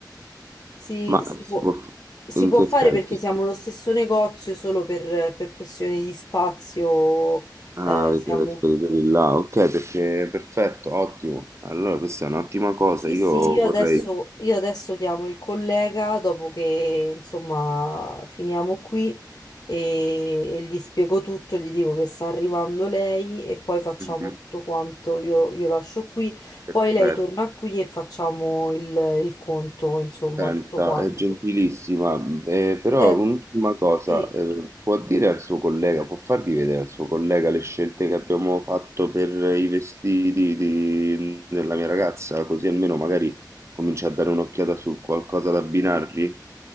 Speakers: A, on the left; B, on the right.
A: si,
B: ma
A: si
B: si
A: può,
B: può... f-
A: si
B: in
A: può
B: che
A: fare
B: senso?
A: perché siamo lo stesso negozio, solo per, per questioni di spazio,
B: Ah,
A: eh,
B: avete
A: siamo...
B: trasferito di là, ok, perché perfetto, ottimo. Allora questa è un'ottima cosa,
A: Sì,
B: io
A: sì, io
B: vorrei...
A: adesso, io adesso chiamo il collega dopo che insomma finiamo qui e, e gli spiego tutto, gli dico che sta arrivando lei e poi facciamo
B: Mhm,
A: tutto quanto, io, io lascio qui,
B: Perfetto.
A: poi lei torna qui e facciamo il, il conto, insomma,
B: Senta,
A: tutto quanto.
B: è gentilissima, eh, però
A: Sen-
B: un'ultima cosa,
A: Sì.
B: eh, può dire al suo collega, può fargli vedere al suo collega le scelte che abbiamo fatto per i vestiti di- della mia ragazza, così almeno magari comincia a dare un'occhiata su qualcosa da abbinargli?